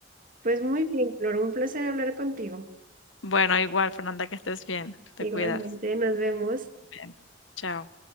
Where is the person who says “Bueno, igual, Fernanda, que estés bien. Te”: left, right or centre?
Left